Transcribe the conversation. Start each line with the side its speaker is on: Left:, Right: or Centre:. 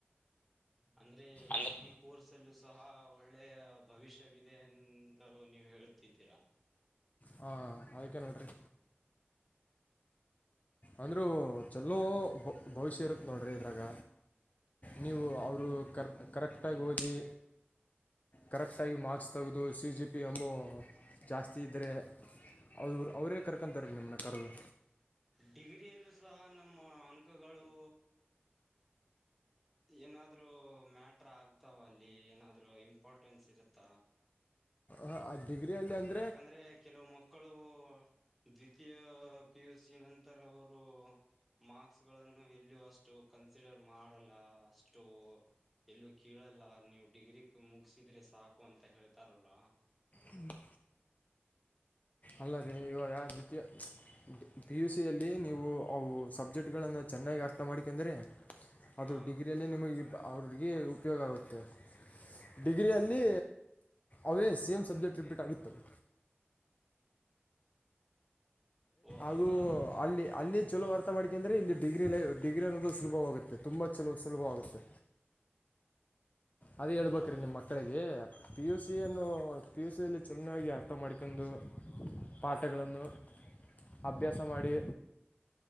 Centre: ಅಂದ್ರೆ
Left: ಅಂದ್ರೆ
Centre: ಈ ಕೋರ್ಸ್ಸನ್ನು ಕೂಡ ಒಳ್ಳೆಯ ಭವಿಷ್ಯವಿದೆ ಅಂತ ನೀವು ಹೇಳುತ್ತಿದ್ದೀರಾ.
Left: ಹಾ ಆಯ್ಕ ನೋಡ್ರಿ. ಅಂದ್ರೂ ಚಲೋ ಭವಿಷ್ಯ ಇರುತ್ತ ನೋಡ್ರಿ ಇದ್ರಾಗ. ನೀವು ಅವರು ಕರೆಕ್ಟಾಗಿ ಹೋಗಿ. ಕರೆಕ್ಟಾಗಿ ಮಾರ್ಕ್ಸ್ ತೆಗೆದು ಸಿ ಜಿ ಪಿ ಅಮ್ಮು ಜಾಸ್ತಿ ಇದ್ದ್ರರೆ. ಅ ಅವ್ರೇ ಕರ್ಕೊಂತಾರೀ ನಿಮನ್ನ ಕರೆದು.
Centre: ಡಿಗ್ರಿಯಲ್ಲೂ ಸಹ ನಮ್ಮ ಅಂಕಗಳು. ಏನಾದ್ರು ಮ್ಯಾಟ್ರ ಆಗ್ತಾವ ಅಲ್ಲಿ ಏನಾದ್ರು ಇಂಪಾರ್ಟೆನ್ಸ್ ಇರುತ್ತ.
Left: ಹಾ ಡಿಗ್ರಿ ಅಲ್ಲಿ ಅಂತ.
Centre: ಯಾಕಂದ್ರೆ ಕೆಲವು ಮಕ್ಕಳು ದ್ವಿತೀಯ. ಪಿ ಯು ಸಿ ನಂತರ ಅವರು. ಮಾರ್ಕ್ಸ್ಗಳನ್ನು ಎಲ್ಲಿಯೂ ಅಷ್ಟು ಕನ್ಸಿಡರ್ ಮಾಡಲ್ಲ ಅಷ್ಟು. ಎಲ್ಲೂ ಕೇಳಲ್ಲ ನೀವು ಡಿಗ್ರಿ ಮುಗಿಸಿದ್ರೆ ಸಾಕು ಅಂತ ಹೇಳ್ತಾರಲ್ಲ.
Left: ಹ್ಮ್ ಅಲ್ಲರೀ ಇವಾಗ ದ್ವಿತೀಯ. ಪಿ ಯು ಸಿಯಲ್ಲಿ ನೀವು ಅವು ಸಬ್ಜೆಕ್ಟ್ಗಳನ್ನು ಚೆನ್ನಾಗಿ ಅರ್ಥ ಮಾಡಿಕೊಂಡ್ರರೆ. ಅದು
Centre: ಹಾ
Left: ಡಿಗ್ರಿಯಲ್ಲಿ ನಿಮಗೆ ಅವ್ರಿಗೆ ಉಪಯೋಗ ಆಗುತ್ತೆ. ಡಿಗ್ರಿಯಲ್ಲಿ ಅವೇ ಸೇಮ್ ಸಬ್ಜೆಕ್ಟ್ ರಿಪೀಟ್ ಆಗುತ್ತವೆ.
Centre: ಓ ಹೌದಾ
Left: ಅದು ಅಲ್ಲಿ ಅಲ್ಲಿ ಚಲೋ. ಆರ್ಥ ಮಾಡಿಕಂದ್ರೆ ಅಂದ್ರೆ ಇಲ್ಲಿ ಡಿಗ್ರಿ ಲೈಫ್ ಡಿಗ್ರಿ ಅನ್ನೋದು ಸುಭವಾಗುತ್ತೆುಂಬ ತುಂಬಾ ಸುಲಭವಾಗುತ್ತೆ. ಅದ ಹೇಳ್ಬೇಕ್ರೀ
Centre: ಹೌದವಾ
Left: ನಿಮ್ಮ ಮಕ್ಕಳಿಗೆ ಪಿ ಯು ಸಿಯನ್ನು. ಪಿ ಯು ಸಿ ಯನ್ನು ಚೆನ್ನಾಗಿ ಅರ್ಥ ಮಾಡ್ಕೊಂಡು ಪಾಠಗಳನ್ನು. ಅಭ್ಯಾಸ ಮಾಡಿ.